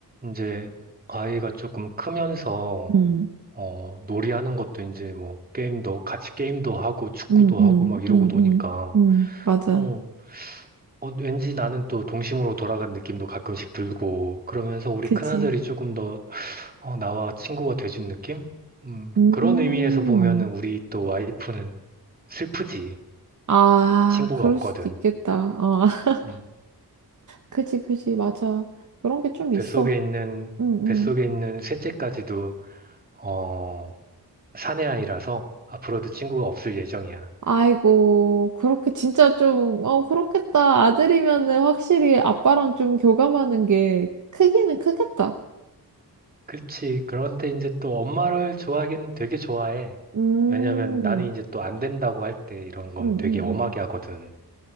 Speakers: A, on the right; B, on the right.
A: 이제 아이가 조금 크면서
B: 음,
A: 어, 놀이하는 것도 이제 뭐 게임도 같이 게임도 하고 축구도
B: 음, 음,
A: 하고 막 이러고
B: 음,
A: 노니까
B: 음, 음, 맞아.
A: 어, 어, 왠지 나는 또 동심으로 돌아간 느낌도 가끔씩 들고 그러면서 우리
B: 그지.
A: 큰아들이 조금 더 어, 나와 친구가 돼준 느낌? 음,
B: 음,
A: 그런 의미에서 보면은 우리 또 와이프는 슬프지.
B: 아,
A: 친구가
B: 그럴
A: 없거든.
B: 수도 있겠다. 아, <laughs>
A: 음,
B: 그지, 그지, 맞아. 그런 게 좀 있어.
A: 뱃속에 있는
B: 응,
A: 뱃속에
B: 응.
A: 있는 셋째까지도 어, 사내 아이라서 앞으로도 친구가 없을 예정이야.
B: 아이고, 그렇게 진짜 좀, 어, 그렇겠다. 아들이면은 확실히 아빠랑 좀 교감하는 게 크기는 크겠다.
A: 그치. 그런데 이제 또 엄마를 좋아하긴 되게 좋아해.
B: 음,
A: 왜냐면 나는 이제 또 안 된다고 할 때 이런 건
B: 음,
A: 되게
B: 음,
A: 엄하게 하거든.